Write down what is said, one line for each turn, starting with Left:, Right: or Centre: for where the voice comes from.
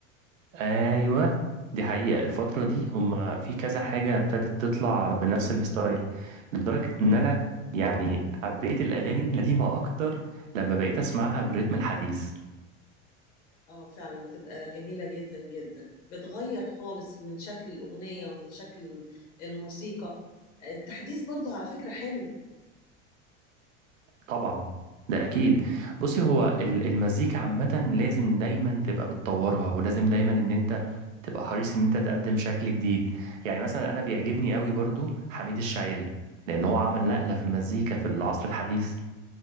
Right: ايوه دي حقيقة الفترة دي
Left: مم.
Right: هم في كذا حاجة ابتدت تطلع بنفس الستايل لدرجة ان انا يعني حبيت الاغاني القديمة اكتر لما بقيت اسمعها بالريتم الحديث
Left: اه فعلا بتبقى جميله جدا جدا بتغير خالص من شكل الاغنيه ومن شكل الم- الموسيقى آه، التحديث برضو على فكره حلو
Right: طبعا ده اكيد بصي هو ال- المزيكا عامة لازم دايما تبقى بتطورها ولازم دايما ان انت تبقى حريص ان انت تقدم شكل جديد يعني مثلا انا بيعجبني قوي برضو حميد الشاعري لان هو عمل نقلة في المزيكا في العصر الحديث